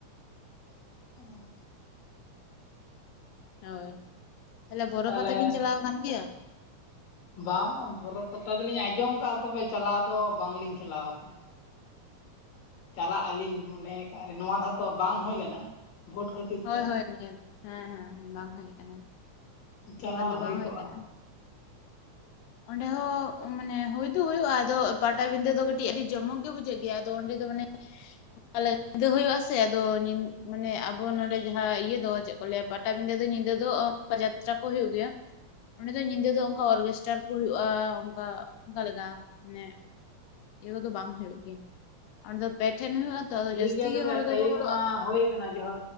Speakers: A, on the left; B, on the left.
A: <unintelligible>
B: ᱦᱳᱭ ᱛᱟᱦᱞᱮ ᱵᱚᱨᱚ
A: ᱛᱟᱦᱚᱞᱮ
B: ᱯᱟᱛᱟ ᱵᱤᱱ ᱪᱟᱞᱟᱣ ᱠᱟᱱ ᱜᱮᱭᱟ?
A: ᱵᱟᱝ ᱵᱟᱝ ᱵᱚᱨᱚ ᱯᱟᱛᱟ ᱫᱚᱞᱤᱧ ᱟᱸᱡᱚᱢ ᱠᱟᱜᱼᱟ ᱛᱚᱵᱮ ᱪᱟᱞᱟᱣ ᱫᱚ ᱵᱟᱝ ᱞᱤᱧ ᱪᱟᱞᱟᱣ ᱠᱟᱱᱟ᱾ ᱪᱟᱞᱟᱜ ᱟᱹᱞᱤᱧ ᱢᱚᱱᱮ ᱟᱠᱟᱜᱼᱟ ᱞᱤᱧ ᱱᱚᱣᱟ ᱫᱷᱟᱣᱛᱚ ᱵᱟᱝ ᱦᱩᱭ ᱞᱮᱱᱟ᱾ ᱵᱷᱳᱴ ᱠᱷᱟᱹᱛᱤ
B: ᱦᱳᱭ ᱦᱳᱭ ᱱᱤᱭᱟᱹ ᱦᱮᱸ ᱦᱮᱸ ᱵᱟᱝ ᱦᱩᱭ ᱟᱠᱟᱱᱟ᱾
A: ᱪᱟᱞᱟᱣ
B: ᱱᱤᱭᱟᱹ ᱵᱟᱨ ᱫᱚ
A: ᱦᱩᱭ
B: ᱵᱟᱝ
A: ᱠᱚᱜᱼᱟ᱾
B: ᱟᱠᱟᱱᱟ ᱚᱸᱰᱮ ᱦᱚᱸ ᱢᱟᱱᱮ ᱦᱩᱭ ᱫᱚ ᱦᱩᱭᱩᱜᱼᱟ ᱟᱫᱚ ᱯᱟᱴᱟᱵᱤᱸᱫᱟᱹ ᱫᱚ ᱠᱟᱹᱴᱤᱡ ᱟᱹᱰᱤ ᱡᱚᱢᱚᱠ ᱜᱮ ᱵᱩᱡᱷᱟᱹᱜ ᱜᱮᱭᱟ᱾ ᱛᱚ ᱚᱸᱰᱮ ᱫᱚ ᱢᱟᱱᱮ ᱯᱟᱞᱮ ᱧᱤᱫᱟᱹ ᱦᱩᱭᱩᱜᱼᱟ ᱥᱮ ᱟᱫᱚ ᱢᱟᱱᱮ ᱟᱵᱚ ᱱᱚᱸᱰᱮ ᱡᱟᱦᱟᱸ ᱤᱭᱟᱹ ᱫᱚ ᱪᱮᱜ ᱠᱚ ᱞᱟᱹᱭᱟ ᱯᱟᱴᱟᱵᱤᱸᱫᱟᱹ ᱫᱚ ᱧᱤᱫᱟᱹ ᱫᱚ ᱡᱟᱛᱨᱟ ᱠᱚ ᱦᱩᱭᱩᱜ ᱜᱮᱭᱟ ᱚᱸᱰᱮ ᱫᱚ ᱧᱤᱫᱟᱹ ᱫᱚ ᱚᱝᱠᱟ ᱚᱨᱜᱮᱥᱴᱟᱨ ᱠᱚ ᱦᱩᱭᱩᱜᱼᱟ ᱚᱝᱠᱟ ᱚᱝᱠᱟ ᱞᱮᱫᱟ ᱢᱟᱱᱮ ᱤᱭᱟᱹ ᱠᱚᱫᱚ ᱵᱟᱝ ᱦᱩᱭᱩᱜ ᱜᱮ ᱟᱫᱚ ᱯᱮ ᱴᱷᱮᱱ ᱦᱩᱭᱩᱜᱼᱟ ᱛᱚ ᱟᱫᱚ
A: ᱴᱷᱤᱠ
B: ᱡᱟᱹᱥᱛᱤ
A: ᱜᱮᱭᱟ ᱛᱚᱵᱮ
B: ᱜᱮ ᱦᱚᱲ
A: ᱴᱟᱭᱤᱢ
B: ᱫᱚᱠᱚ ᱦᱚᱲᱚᱜᱼᱟ᱾
A: ᱢᱟ ᱦᱩᱭ ᱠᱟᱱᱟ ᱡᱚᱦᱟᱨ